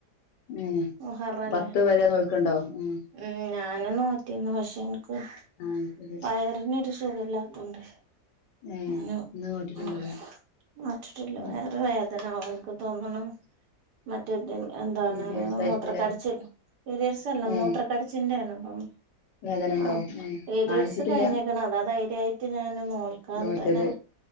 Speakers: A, on the left; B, on the right.
A: ഉം
B: മുഹറല്ലേ
A: പത്ത് വരെ നോല്ക്കുണ്ടോ? ഉം
B: ഉം ഞാനും നോറ്റിന്ന് പക്ഷെ ഇനിക്ക്
A: ആഹ് ശരി
B: വയറിനൊരു സുഖല്ലാത്തോണ്ട്
A: ഏഹ്
B: അനു
A: ഇന്ന് നോറ്റിട്ടുണ്ടാവൂല
B: ഉം മാറ്റിട്ടില്ല
A: ഉം
B: വയറു വേദന അവൻക്ക്, തോന്നണ്‌ മറ്റേത് എന്താണ്?
A: പീരിയഡ്സ് ആയിരിക്കുംല്ലേ
B: മൂത്രക്കടച്ചിൽ പിരിയഡ്‌സ് അല്ല
A: ഏഹ്
B: മൂത്രക്കടിച്ചിലിന്റെ ആണ് തോന്നു
A: വേദന ഉണ്ടോ
B: ആ
A: ഏഹ്
B: പിരിയഡ്‌സ്
A: കാണിച്ചിട്ടില്ല
B: കഴിഞ്ഞക്കണ് അതാ ധൈര്യായിട്ട് ഞാന് നോൽ ക്കാൻ
A: നോറ്റത്
B: തന്ന